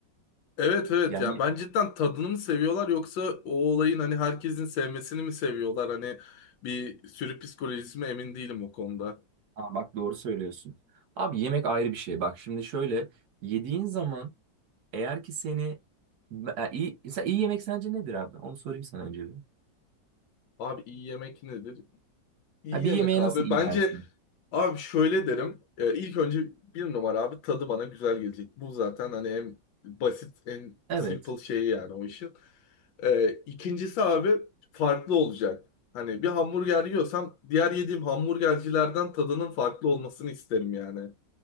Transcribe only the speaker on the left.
Evet evet
yani ben cidden tadını mı seviyorlar yoksa o olayın hani herkesin sevmesini mi seviyorlar? Hani bir sürü psikolojisi mi emin değilim o konuda.
Abi iyi yemek nedir? İyi
yemek
abi.
Bence
abi şöyle derim. E, ilk önce bir numara abi tadı bana güzel gelecek. Bu zaten hani en basit en simple
şeyi yani o işin. E, ikincisi abi farklı olacak. Hani bir hamburger yiyorsam diğer yediğim hamburgercilerden tadının farklı olmasını isterim yani.